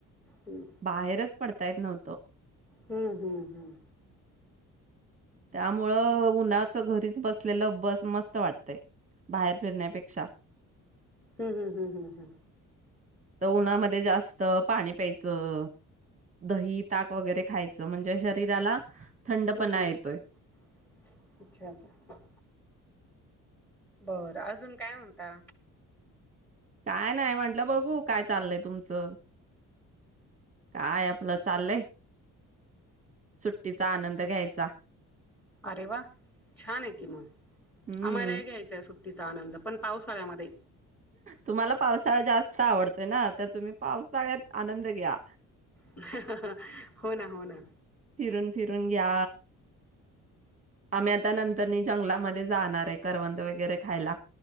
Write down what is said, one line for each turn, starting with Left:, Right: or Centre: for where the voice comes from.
Centre: हम्म
Right: बाहेरच, पडता येत नव्हत,
Centre: हम्म हम्म हम्म.
Right: त्यामुळं उन्हाच घरीच बसलेलं बस मस्त वाटतयं बाहेर फिरण्यापेक्षा,
Centre: हम्म हम्म हम्म हम्म हम्म.
Right: तर उन्हामध्ये जास्त पाणी प्यायचं. दही, ताक वगैरे खायचं म्हणजे शरीराला, थंड
Centre: हम्म,
Right: पणा
Centre: हम्म.
Right: येत
Centre: अच्छा, अच्छा. बरं अजून काय म्हणता.
Right: काय नाही म्हंटलं बघू, काय चाललयं तुमचं काय आपलं चाललयं सुट्टीचा आनंद घ्यायचा.
Centre: अरे वा! छान आहे कि मगं,
Right: हम्म.
Centre: आम्हाला हे घ्यायचं आहे सुट्टी सुट्टीचा आनंद पण पावसाळ्यामध्ये,
Right: तुम्हाला पावसाळा जास्त आवडतोय, ना तर तुम्ही पावसाळ्यात आनंद घ्या.
Centre: <unintelligible> हो ना, हो ना,
Right: फिरून, फिरून घ्या आम्ही आता नंतरनी जंगलामध्ये जाणार आहे. करवंद वगैरे खायला.